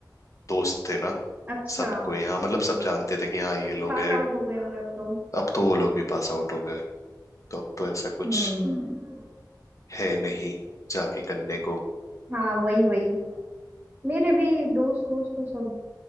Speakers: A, on the left; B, on the right.
A: दोस्त थे ना
B: अच्छा
A: सबको यहाँ मतलब सब जानते थे कि हाँ ये लोग
B: पास
A: हैं
B: आउट हो गए होंगे अब तो
A: अब तो वो लोग भी पास आउट हो गए तो अब तो ऐसा कुछ
B: हम्म
A: है नहीं जाके करने को
B: हाँ वही वही मेरे भी दोस्त दोस्त तो सब